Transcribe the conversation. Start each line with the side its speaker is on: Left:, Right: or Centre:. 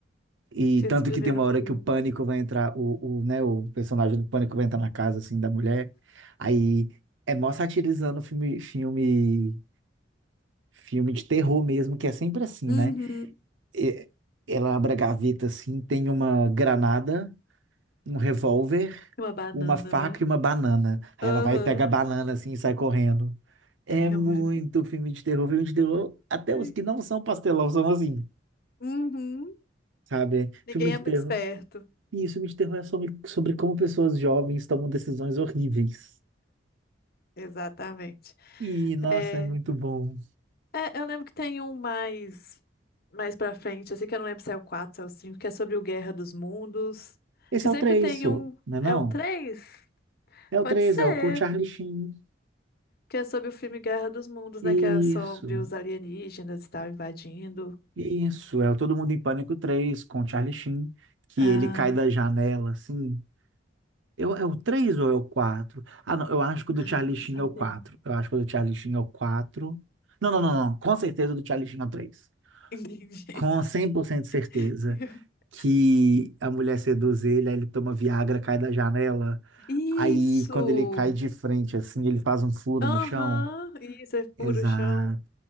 Right: E
Left: Que
Right: tanto
Left: é Esse primeiro
Right: que tem uma hora
Left: filme.
Right: que o pânico vai entrar, o, o, né, o personagem do pânico vai entrar na casa, assim, da mulher. Aí é mó satirizando filme, filme, filme de terror mesmo, que é sempre assim,
Left: Uhum.
Right: né? E- ela abre a gaveta, assim, tem uma granada, um revólver,
Left: <laughs> Uma banana,
Right: uma faca
Left: não é?
Right: e uma banana. Aí
Left: Aham.
Right: ela vai e pega a banana, assim, e sai correndo. É
Left: Tem
Right: muito
Left: amor.
Right: filme de terror, filme de terror, até
Left: Ai,
Right: os que não são pastelão são assim,
Left: Uhum.
Right: sabe?
Left: Ninguém
Right: Filme de
Left: é muito
Right: terror.
Left: esperto.
Right: E isso me interroga sobre, sobre como pessoas jovens tomam decisões horríveis.
Left: Exatamente.
Right: E, nossa,
Left: É,
Right: é muito bom.
Left: é, eu lembro que tem um mais mais pra frente, assim que eu não lembro se é o 4 se é o 5, que é sobre o Guerra dos Mundos.
Right: Esse
Left: Que
Right: é
Left: sempre
Right: o 3,
Left: tem
Right: sô,
Left: um.
Right: não é
Left: É
Right: não?
Left: o três,
Right: É o
Left: Pode
Right: 3,
Left: ser.
Right: é o com Charlie Sheen.
Left: Que é sobre o filme Guerra dos Mundos,
Right: Isso,
Left: né? Que é sobre os alienígenas e tal invadindo.
Right: isso. É o Todo Mundo em Pânico três com Charlie Sheen, que
Left: Ah,
Right: ele cai da janela, assim. Eu, é o três ou é o 4? Ah, não, eu acho que o do
Left: ah,
Right: Charlie
Left: não vou
Right: Sheen
Left: saber.
Right: é o quatro. Eu acho que o do Charlie Sheen é o 4. Não, não, não, não. Com certeza o do Charlie Sheen é o 3.
Left: Entendi.
Right: com 100% de certeza
Left: <laughs>
Right: que a mulher seduz ele, aí ele toma Viagra, cai da janela.
Left: Isso!
Right: Aí, quando ele cai de frente, assim, ele faz um furo
Left: Aham,
Right: no chão.
Left: isso é puro
Right: Exato.
Left: chão.